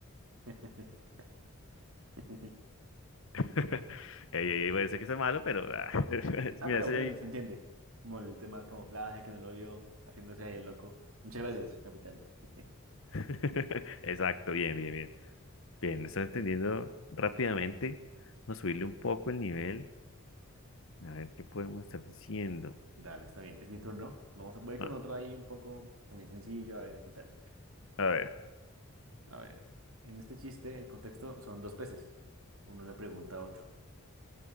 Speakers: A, on the right; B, on the left.
A: <laughs> <laughs> Ujú.
B: <laughs> Ey, ey, ey, puede ser que sea malo, pero ah, <laughs>
A: Ah,
B: mira,
A: pero
B: ese-
A: bueno, se entiende. Como el tema del camuflaje que no lo vio haciéndose ahí el loco. Muchas gracias, capitán. <laughs>
B: <laughs> Exacto, bien, bien, bien. Bien, estás entendiendo rápidamente. Vamos a subirle un poco el nivel. A ver qué podemos estar diciendo.
A: Dale, está bien. Es mi turno. Vamos a, voy
B: Ah,
A: con otro ahí un poco también sencillo, a ver qué tal.
B: a ver.
A: A ver. En este chiste, el contexto son dos peces. Uno le pregunta a otro,